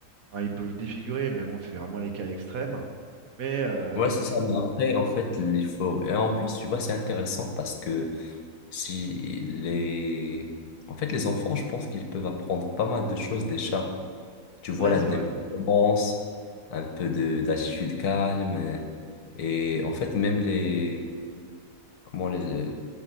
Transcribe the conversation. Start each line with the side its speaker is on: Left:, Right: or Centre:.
Right: Enfin, ils peuvent défigurer, mais bon, c'est vraiment les cas extrêmes. Mais euh,
Left: Ouais,
Right: ils-
Left: c'est ça. Mais après, en fait, il faut. Et en plus, tu vois, c'est intéressant parce que Si les... En fait, les enfants, je pense qu'ils peuvent apprendre pas mal de choses des chats. Tu vois
Right: ouais,
Left: l'indépendance,
Right: c'est vrai.
Left: un peu de d'attitude calme. euh, Et en fait, même les... Comment les...